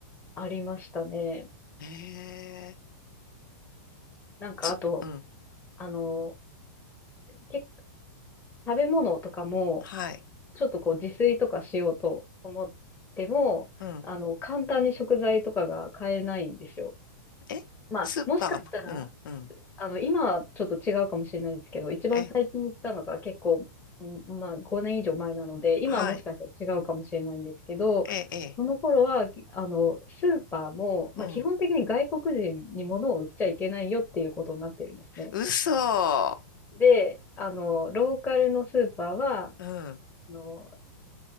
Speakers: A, on the left; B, on the left.
A: ありましたね。
B: へえ、
A: なんかあと、
B: つ、うん、
A: あの、結食べ物とかも、
B: はい。
A: ちょっとこう自炊とかしようと思っても、
B: うん。
A: あの、簡単に食材とかが買えないんですよ。
B: えスーパーがない。
A: まあ、もしかしたら、
B: うん、うん。
A: あの、今はちょっと違うかもしれないですけど、一番最近行ったのが結構、
B: え、
A: うんまあ5年以上前なので、今はもしかしたら違うかもしれないんですけど、
B: はい。え、え、
A: その頃は、あの、スーパーも、
B: うん。
A: まあ基本的に外国人に物を売っちゃいけないよっていうことになってるんですね。
B: 嘘。
A: で、あの、ローカルのスーパーは、あ
B: うん、
A: の、